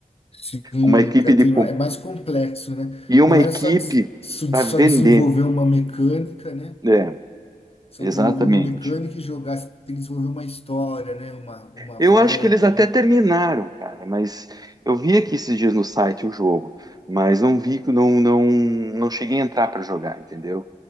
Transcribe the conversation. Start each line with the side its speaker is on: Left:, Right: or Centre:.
Left: sim,
Right: uma equipe
Left: cara,
Right: de
Left: tem-
Right: com-
Left: é mais complexo, né?
Right: e uma
Left: Não
Right: equipe
Left: é só, des- su-
Right: para
Left: só
Right: vender.
Left: desenvolver uma mecânica, né?
Right: É,
Left: Só
Right: exatamente.
Left: desenvolver uma mecânica e jogar, você tem que desenvolver uma história, né? Uma, uma
Right: Eu
Left: vibe,
Right: acho que eles até
Left: né?
Right: terminaram, cara, mas eu vi aqui esses dias no site o jogo, mas não vi, não, não, não cheguei a entrar para jogar, entendeu?